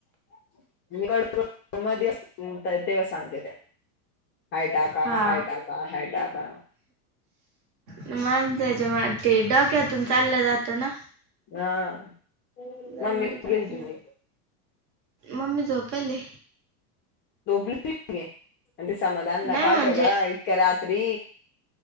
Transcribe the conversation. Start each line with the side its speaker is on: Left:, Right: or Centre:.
Left: <unintelligible> हाय टाका,
Right: हा.
Left: हाय टाका, हाय टाका.
Right: माणसाच्या म ते डोक्यातून चाललं जातं ना.
Left: हा. हम्म
Right: गडबडीत
Left: मम्मी कुठ
Right: असल्यावर.
Left: गेली तुझी?
Right: मम्मी झोपेले.
Left: झोपली आणि ते समाधानला
Right: नाही
Left: पाठवला.
Right: म्हणजे
Left: इतक्या रात्री